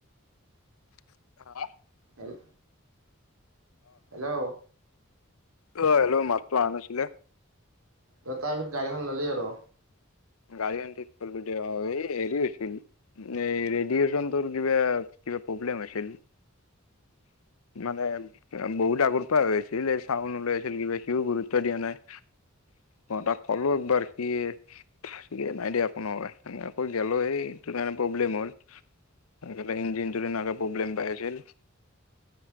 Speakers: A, on the left (about 80°); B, on the right (about 75°).
A: <unintelligible>
B: হ'ল। হেল্লো'?
A: অহ হেল্ল' মাততো আহা নাছিলে?
B: দ তাৰ পিছত গাড়ীখন ল'লি আৰু
A: গাড়ীখন ঠিক কৰিলো দেয় অ এই হেৰি হৈছিল, এই ৰেডয়েচনটোৰ কিবা কিবা প্ৰব্লেম হৈছিল মানে বহুত আগৰ পৰা হৈ আছিল, এই চাউণ্ড ওলাই আছিল কিবা সিওঁ গুৰুত্ব দিয়া নাই মই তাক ক'লো একবাৰ সে <unintelligible> ঠিকে নাই দিয়া কোনোবাই আকৌ গেলো এই ইটো প্ৰব্লেম হ'ল সে ইঞ্জিনটো তেনেকে প্ৰব্লেম পাই আছিল।